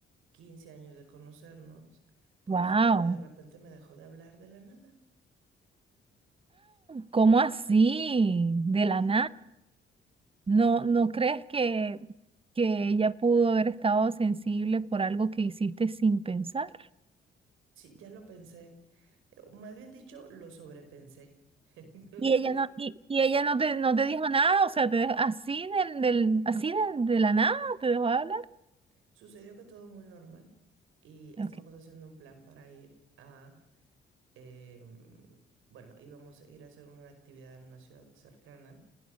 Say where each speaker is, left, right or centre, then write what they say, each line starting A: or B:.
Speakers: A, on the right; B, on the right.
A: 15 años de conocernos, pues
B: Wow.
A: resulta que de repente me dejó de hablar de la nada.
B: ¿Cómo así? De
A: Ujú.
B: la nada. ¿No, no crees que, que ella pudo haber estado sensible por algo que hiciste sin pensar?
A: Sí, ya lo pensé. Eh, o Más bien dicho, lo sobrepensé. <laughs> Entonces,
B: Y ella no, y, y ella no te, no te dijo nada, o sea, te dejó así del, del, así de, de la nada, te dejó de hablar.
A: Sucedió que todo muy normal y estábamos
B: Okay.
A: haciendo un plan para ir a, em, bueno, íbamos a ir a hacer una actividad en una ciudad cercana